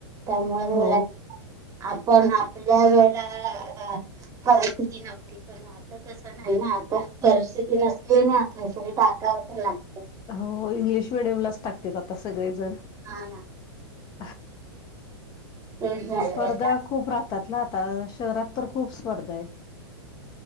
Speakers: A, on the right (about 20°); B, on the left (about 30°).
A: त्यामुळ मुला
B: हो
A: आपण आपल्या वेळेला परिस्थिती नव्हती, पण आता तसं नाही ना, आता परिस्थिती नसली आणि असल्या तरी टाकावं तर लागतंच्.
B: हो इंग्लिश मिडियमलाच टाकतेत आता सगळे जण.
A: हा हा.
B: <inaudible>
A: तेच झालं
B: स्पर्धा खूप राहतात ना आता, शहरात तर खूप स्पर्धा आहेत.